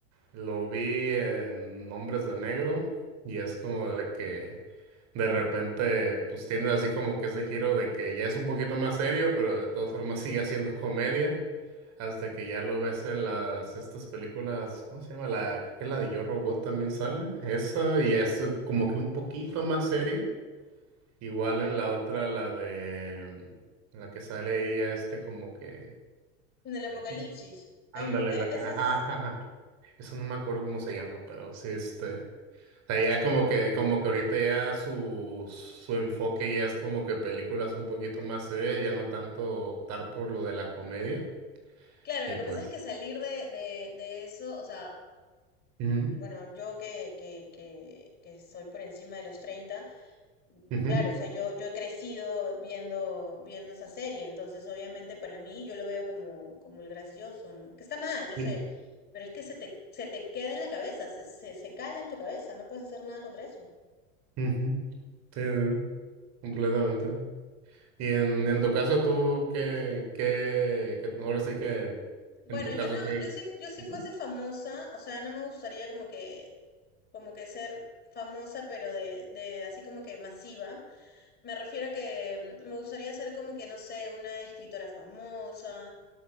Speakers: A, on the right (about 50°); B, on the left (about 30°).
A: lo vi en Hombres de Negro y es como de que de repente, pues tiene así como que ese giro de que ya es un poquito más serio, pero de todas formas sigue haciendo comedia, hasta que ya lo ves en las, estas películas, ¿cómo se llama? La, creo que la de Yo Robot también sale, esa, y es como que un poquito más seria, igual en la otra, la de, mm, la que sale ella, este como que,
B: En el apocalipsis.
A: ay, ¿cómo se llama? Ándale,
B: Hay un, e-
A: la que,
B: ese
A: ajá,
B: es,
A: ajá, ajá. Eso no me acuerdo cómo se llama, pero sí, este sea, ya como que, como que ahorita ya su, su enfoque ya es como que películas un poquito más serias, ya no tanto optar por lo de la comedia.
B: Claro,
A: Y
B: lo que
A: pues.
B: pasa es que salir de, de, de eso, o sea,
A: Ujú,
B: bueno, yo que, que, que, que soy por encima de los 30,
A: ujú,
B: claro, o sea, yo, yo he crecido viendo, viendo esa serie, entonces obviamente para mí yo lo veo como, como el gracioso, ¿no? Que está mal, yo
A: ujú,
B: sé, pero es que se te, se te queda en la cabeza, se, se, se cala en tu cabeza, no puedes hacer nada contra eso.
A: ujú, ujú. Sí, sí, sí, completamente. Y en, en tu caso, tú, ¿qué, qué, qué- ahora sí que,
B: bueno,
A: en tu caso,
B: yo no,
A: ¿qué?
B: yo si, yo si
A: Ujú,
B: fuese famosa, o sea, no me gustaría como que como que ser famosa, pero de, de así como que masiva. Me refiero a que mm, me gustaría ser como que, no sé, una escritora famosa,